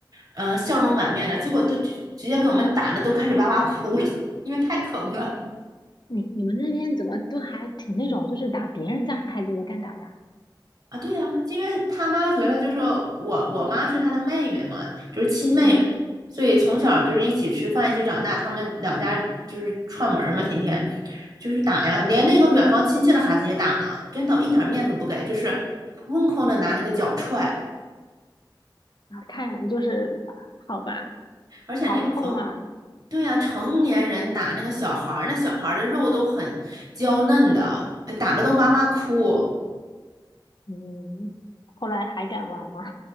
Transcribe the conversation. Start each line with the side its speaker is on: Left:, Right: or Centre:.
Right: 嗯，呃，笑容满面的，结果都直直接给我们打的都开始哇哇哭了，因为太疼了。
Left: 你你们那边怎么都还挺那种，就是打别人家孩子也敢打呀？
Right: 啊，对呀、因为他妈觉得就是我我妈是他的妹妹嘛，就是亲妹妹，
Left: 嗯，
Right: 所以从小就是一起吃饭，一起长大，他们两家就是串门儿嘛，天天就是打呀，连那个远房亲戚的孩子也打呢，真的，我一点面子不给，就是哐哐的拿那个脚踹，
Left: 啊看就是好吧，
Right: 而且那成，
Left: 好痛啊。
Right: 对呀、成年人打那个小孩儿，那小孩儿的肉都很娇嫩的，哎打的都哇哇哭。
Left: 嗯，后来还敢玩吗？